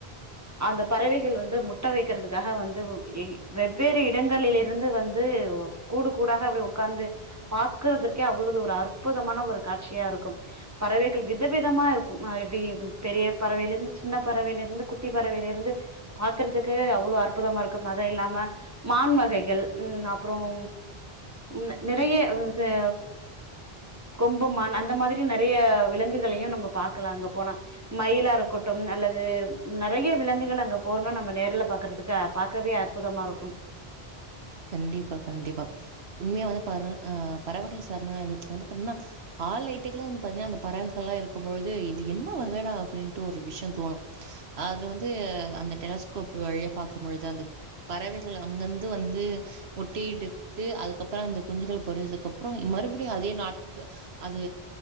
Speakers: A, on the right (about 15°); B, on the right (about 80°).
A: அந்த பறவைகள் வந்து முட்ட வைக்கிறதுக்காக வந்து இ வெவ்வேறு இடங்களிலிருந்து வந்து கூடு கூடாக அப்டி உக்காந்து பாக்குறதற்கே அவ்ளது ஒரு அற்புதமான ஒரு காட்சியா இருக்கும் பறவைகள் விதவிதமா இருக்கும் ஆ எப்டி பெரிய பறவையில இருந்து சின்ன பறவையில இருந்து குட்டி பறவையில இருந்து பாக்கறதுக்கு அவ்வளவு அற்புதமா இருக்கும் அதை எல்லாம் மான் வகைகள் உம் அப்புறோம் ம் நெறைய ச கொம்புமான் அந்த மாதிரி நெறைய விலங்குகளையும் நம்ம பாக்கலாம் அங்க போனா மயிலாருக்கட்டும் அல்லது நெறைய விலங்குகள் அங்க போனோம் நம்ம நேரல பாக்கறதுக்கு பாக்கவே அற்புதமாக இருக்கும்
B: கண்டிப்பா கண்டிப்பா உண்மையா வந்து பற ஆஹ் பறவைகள் சரணாலயத்துல வந்து பாத்தீங்கன்னா ஹால்லைட்டுக்கு எல்லாம் வந்து பாத்தீங்கன்னா அந்த பறவைகள் எல்லாம் இருக்கும் பொழுது இது என்ன வகைடா அப்டின்ட்டு ஒரு விஷயம் தோணும் அது வந்து அந்த டெலஸ்கோப் வழியா பாக்கும் பொழுது அந்த பறவைகள் அங்கந்து வந்து முட்டயிட்டு அதுக்கப்புறோம் அந்த குஞ்சுகள் பொரிஞ்சதுக்கு அப்புறோம் மறுபடியும் அதே நாட அது